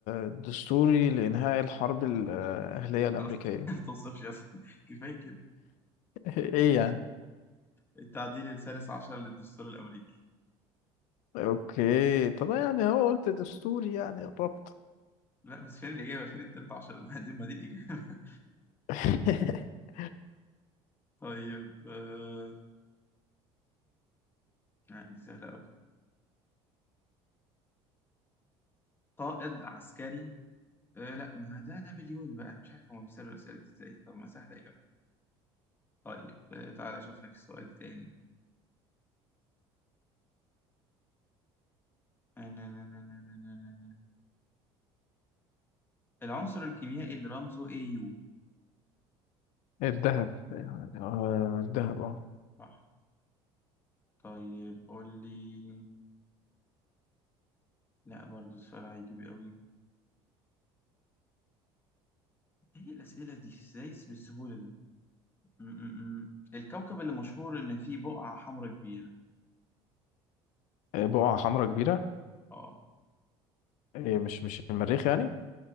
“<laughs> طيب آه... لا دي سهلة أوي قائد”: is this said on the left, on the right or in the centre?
Left